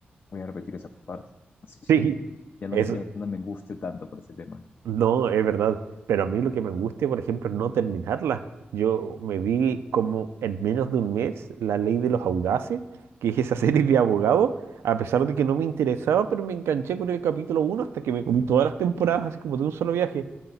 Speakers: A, on the left (about 55°); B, on the right (about 85°).
A: voy a repetir esa parte. <laughs> Así
B: Sí,
A: que ya no,
B: eso
A: ya no me angustio tanto por ese tema.
B: No, es verdad. Pero a mí lo que me angustia, por ejemplo, es no terminarla. Yo me vi como en menos de un mes La Ley de los Audaces, que es esa <laughs> serie de abogados, a pesar de que no me interesaba, pero me enganché con el capítulo uno hasta que me comí todas las temporadas, así como de un solo viaje.